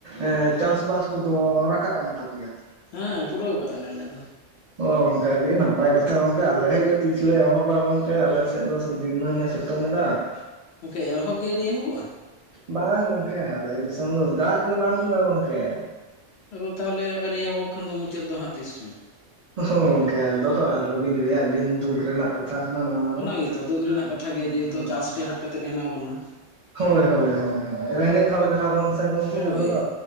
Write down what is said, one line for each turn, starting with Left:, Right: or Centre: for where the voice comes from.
Right: ᱮ ᱪᱟᱥᱵᱟᱥ ᱠᱚᱫᱚ ᱨᱟᱠᱟᱵ ᱮᱱ ᱛᱟᱯᱮᱭᱟ ᱛᱚ?
Left: ᱦᱮᱸ ᱯᱩᱨᱟᱹᱣ ᱠᱟᱜ-ᱟ ᱞᱮ ᱟᱞᱮ ᱫᱚ᱾
Right: ᱚ ᱜᱚᱝᱠᱮ ᱟᱹᱰᱤ ᱱᱟᱯᱟᱭ ᱠᱟᱛᱷᱟ ᱜᱚᱝᱠᱮ, ᱟᱞᱮ ᱥᱮᱫ ᱜᱮ ᱛᱤᱥ ᱞᱮ ᱮᱦᱚᱵᱟ ᱜᱚᱝᱠᱮ ᱟᱞᱮ ᱥᱮᱫ ᱫᱚ ᱫᱤᱱᱟᱹᱢᱮ ᱥᱤᱛᱳᱝ ᱮᱫᱟ᱾ <inaudible>
Left: ᱜᱚᱝᱠᱮ ᱚᱦᱚᱜ ᱜᱮ ᱟᱣᱨᱤ ᱮᱦᱚᱵᱚᱜ-ᱟ?
Right: ᱵᱟᱝ ᱜᱚᱝᱠᱮ, ᱟᱞᱮ ᱫᱤᱥᱚᱢ ᱫᱚ ᱫᱟᱜ ᱜᱮ ᱵᱟᱝ ᱵᱟᱱᱩᱜ-ᱟ ᱜᱚᱝᱠᱮ᱾
Left: ᱟᱫᱚ ᱛᱟᱦᱚᱞᱮ ᱟᱣᱨᱤ ᱮᱦᱚᱵᱚᱜ ᱠᱷᱟᱱ ᱫᱚ ᱢᱩᱪᱟᱹᱫ ᱫᱚ ᱦᱟᱜ ᱛᱤᱥ ᱪᱚᱝ?
Right: ᱦᱚᱸ ᱜᱚᱝᱠᱮ, ᱟᱫᱚ ᱟᱞᱚᱵᱤᱱ ᱞᱟᱹᱭᱟ ᱟᱰᱤ ᱫᱩᱠ ᱨᱮᱱᱟᱜ ᱠᱟ ᱠᱛᱷᱟ ᱠᱟᱱᱟ ᱱᱚᱣᱟ ᱫᱚ
Left: ᱚᱱᱟ ᱜᱮᱛᱚ ᱫᱩᱠ
Right: ᱦᱮᱸ
Left: ᱨᱮᱱᱟᱜ ᱠᱟᱛᱷᱟ
Right: ᱦᱳᱭ
Left: ᱜᱮ ᱡᱮᱦᱮᱛᱩ
Right: ᱦᱳᱭ
Left: ᱪᱟᱥ
Right: ᱾
Left: ᱴᱮᱦᱟᱴ ᱠᱟᱛᱮᱫ ᱦᱮᱱᱟᱜ ᱵᱚᱱᱟ
Right: ᱦᱳᱭ ᱦᱳᱭ ᱦᱳᱭ ᱦᱳᱭ, ᱨᱮᱸᱜᱮᱡ ᱦᱚᱲ ᱠᱟᱱᱟ ᱵᱚᱱ ᱥᱮ ᱜᱚᱝᱠᱮ
Left: ᱦᱳᱭ
Right: ᱟᱵᱚ ᱫᱚ᱾